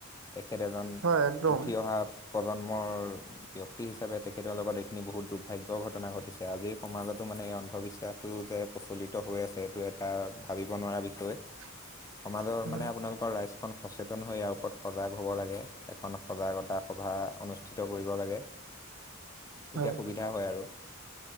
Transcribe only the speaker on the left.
তেখেত এজন
উঠি অহা প্ৰজন্মৰ ব্যক্তি হিচাপে তেখেতৰ লগত এইখিনি বহুত দুৰ্ভাগ্য ঘটনা ঘটিছে আজিৰ সমাজতো মান মানে এই অন্ধবিশ্বাসটো যে প্ৰচলিত হৈ আছে এইটো এটা ভাবিব নোৱাৰা বিষয়
সমাজৰ মানে
আপোনালোকৰ ৰাইজখন সচেতন হৈ আ সজাগ হ'ব লাগে এখন সজাগতা সভা অনুষ্ঠিত কৰিব লাগে তেতিয়া
সুবিধা হয় আৰু